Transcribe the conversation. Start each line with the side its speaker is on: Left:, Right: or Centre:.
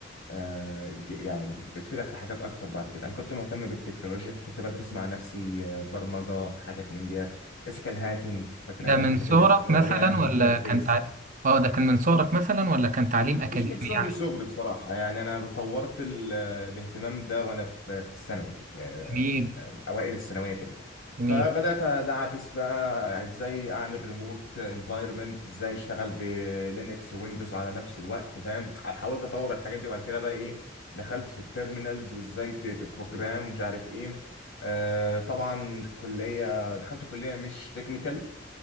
Left: آه، ج- يعني بتفيدك في حاجات اكتر بعد كده انا كنت مهتم بالتكنولوجيا فكنت بدرس مع نفسي آه، برمجه حاجات من ديت اسكال هاكينج فاكر
Right: ده
Left: انت
Right: من
Left: الحاجات
Right: صغرك
Left: اللي
Right: مثلا
Left: قال لي انا
Right: ولا
Left: هاكر الفيس
Right: كان تع... اه ده كان من صغرك مثلا ولا كان تعليم اكاديمي
Left: مش من صغري
Right: يعني
Left: صغري بصراحة يعني أنا طورت ال- الاهتمام ده وأنا في في الثانوي آه،
Right: جميل
Left: أوائل الثانوية كده
Right: جميل
Left: فبدأت أدعبس بقى إزاي أعمل ريموت انفايرمنت إزاي أشتغل بلينكس ويندوز على نفس الوقت فاهم حاولت أطور الحاجات دي وبعد كده بقى إيه دخلت في التيرمينالز وإزاي ت- تبروجرام مش عارف إيه آه، طبعا كلية دخلت كلية مش تكنيكال